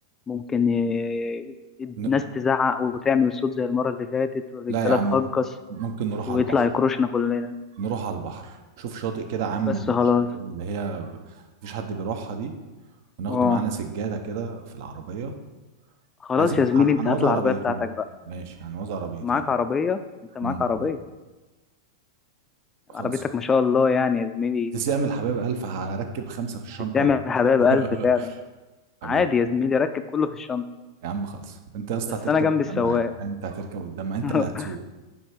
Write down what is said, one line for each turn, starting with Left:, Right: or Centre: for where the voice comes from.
Left: ممكن ي...
Right: ن-
Left: الناس تزعق وتعمل صوت زي المرة اللي فاتت والرجالة
Right: لا يا عم
Left: تهجص
Right: ممكن نروح
Left: ويطلع
Right: على البحر
Left: يكروشنا كلنا
Right: نروح على البحر شوف شاطئ كده يا عم
Left: بس
Right: الشاطئ
Left: خلاص
Right: اللي هي ب- مفيش حد بيروحها دي وناخده
Left: اه
Right: معانا سجادة كده في العربية
Left: خلاص
Right: عايزين
Left: يا زميلي
Right: هن-
Left: انت
Right: هنوزع
Left: هات العربية
Right: عربيتين
Left: بتاعتك بقى
Right: ماشي هنوزع عربيتين
Left: انت معاك عربية انت معاك
Right: امم
Left: عربية عربيتك
Right: خلص
Left: ما شاء الله يعني يا زميلي
Right: تسلم الحبايب ألف هركب خمسة في الشنطة
Left: تستعمل
Right: ورا.
Left: حبايب
Right: <laughs>
Left: ألف فعلا
Right: حبيبي
Left: عادي يا زميلي ركب كله في الشنطة
Right: يا عم خلص انت يا اسطى
Left: بس
Right: هتركب
Left: انا جنب
Right: قدام
Left: السواق
Right: معايا انت هتركب قدام معايا
Left: <laughs>
Right: انت اللي هتسوق